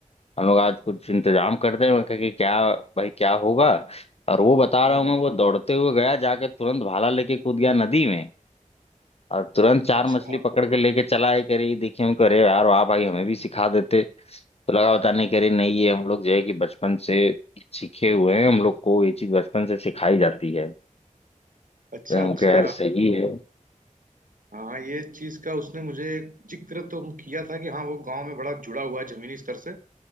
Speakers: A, on the left; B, on the right.
A: हम लोग आज कुछ इंतजाम करते हैं मैं कहा कि क्या भाई क्या होगा और वो बता
B: हाँ
A: रहा हूँ मैं
B: हाँ
A: वो दौड़ते हुए गया जाके तुरंत भाला लेके कूद गया नदी में और तुरंत चार
B: अच्छा
A: मछली पकड़ के लेके चला है करी देखिए हम कह रहे यार वाह भाई हमें भी सिखा देते तो लगा बता नहीं करे नहीं ये हम लोग जो है कि बचपन से सीखे हुए हैं हम लोग को ये चीज बचपन से सिखाई जाती है
B: अच्छा
A: तो हम
B: अच्छा
A: कहे यार सही है
B: हाँ ये चीज का उसने मुझे जिक्र तो किया था कि हाँ वो गांव में बड़ा जुड़ा हुआ है जमीनी स्तर से